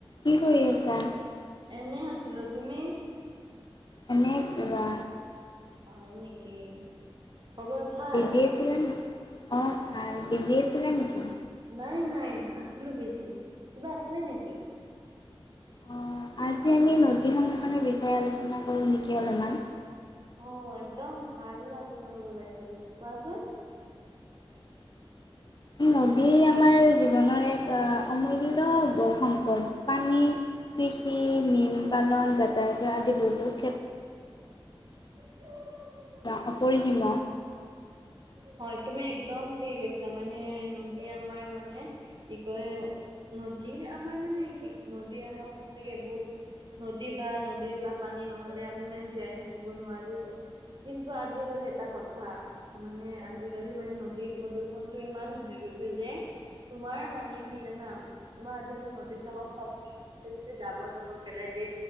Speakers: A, on the left (about 50°); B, on the right (about 50°).
A: কি কৰি আছা?
B: এনেই আছিলোঁ। তুমি?
A: এনে আছোঁ বা।
B: হয় নেকি, খবৰ ভাল
A: বিজি আছিলা নি, অ' ভাল। বিজি আছিলা নেকি?
B: নাই নাই নাছিলোঁ বিজি। কিবা আছিলে নেকি?
A: অঁ আজি আমি নদী সংগ্ৰহণৰ বিষয়ে আলোচনা কৰোঁ নেকি অলপমান।
B: হ, একদম ভাল আলোচনা কৰিব ওলাইছাচোন, কোৱাচোন।
A: নদী আমাৰ জীৱনৰ এক অমূল্যয় সম্পদ। পানী কৃষি, মীন পালন, যাতায়াত আদি বহুত ক্ষেত
B: <inaudible>
A: বা অপৰিসীম।
B: হয়, তুমি একদম ঠিক কৈছা মানে নদীয়ে আমাৰ মানে কি কয় নদীৰ আমাৰ মানে কি, নদী আমাৰ সচাকে বহুত নদী বা নদীৰ বা পানী নহ'লে আমি মানে জীয়াই থাকিব নোৱাৰো কিন্তু আজিকালি এটা কথা মানে আজিকালি মানে নদীৰ প্ৰদূ্ষণটো ইমান হৈ গৈছে যে তোমাৰ মানে কি জানা, তোমাৰ আজিকালি নদীবিলাকক চ তে জাবৰ চাবৰ পেলাই দে